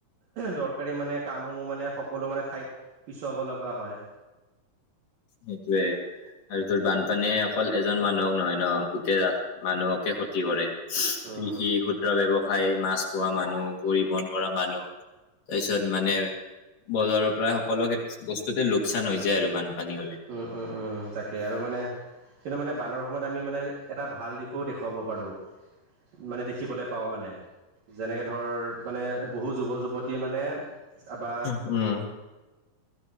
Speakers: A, on the right; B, on the left.
A: দৰকাৰী মানে কামসমূহ মানে সকলো মানে ঠাইত পিছুৱাব লগা হয়।
B: সেইটোৱে আৰু তোৰ বানপানীয়ে অকল এজন মানুহক নহয় ন' গোটেই মানুহকে ক্ষতি কৰে।
A: উম,
B: কৃষি ক্ষুদ্ৰ ব্যৱসায় মাছ পোহা মানুহ, পৰিবহন কৰা মানুহ। তাৰপিছত মানে বজাৰৰ পৰা সকলো কে বস্তুতে লোকচান হৈ যায় আৰু মানু পানী হলে।
A: উম, উম, উম, তাকে আৰু মানে কিন্তু মানে বানৰ সময়ত আমি মানে এটা ভাল দিশো দেখুৱাব পাৰোঁ। মানে দেখিবলৈ পাওঁ মানে যেনেকে ধৰ মানে বহু যুৱ যুৱতী মানে, আ, বা
B: উম।